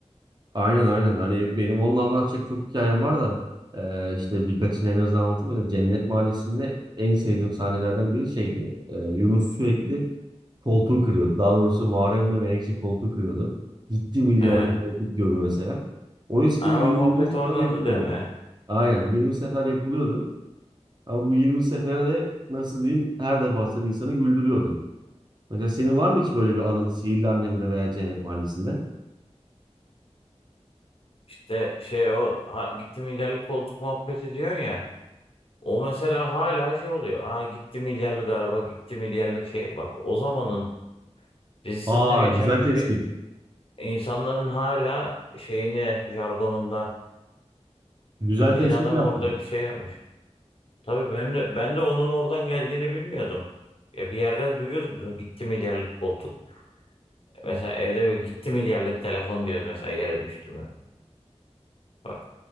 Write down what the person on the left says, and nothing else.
Ee,
Aa,
o muhabbet
oradandı
değil mi?
İşte şey o ha, gitti milyarlık koltuk muhabbeti diyorsun ya. O mesela hala şey oluyor. Ha gitti milyarlık araba, gitti milyarlık şey. Bak o zamanın dizisinde
geçen
bir
şey. insanların hala şeyini jargonunda
Bildiğin
adam
orada bir şey yapmış. Tabii benim de, ben de onun oradan geldiğini bilmiyordum. Ya bir yerden duyuyorduk bunu. Gitti milyarlık koltuk. Mesela evde böyle gitti milyarlık telefon diyoruz mesela yere düştü mü. Bak